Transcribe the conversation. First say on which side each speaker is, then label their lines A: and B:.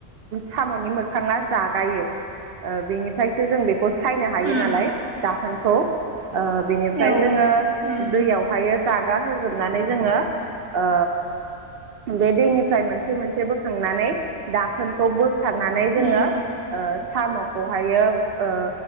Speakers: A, on the right (about 60°); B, on the right (about 25°).
A: साम'नि मोखांङा जागायो ओ बेनिफ्रायसो जों बेखौ सायनो हायो
B: उम
A: नालाय दाखोनखौ ओ बेनिफ्राय
B: औ
A: जोंङो
B: उम
A: दैयाव ओमफ्रायो जागा होजोबनानै जोंङो ओ बे दैनिफ्राय मोनसे मोनसे बोखांनानै दाखोनखौ बोखारनानै
B: उम
A: जोंङो ओ साम'खौहायो ओ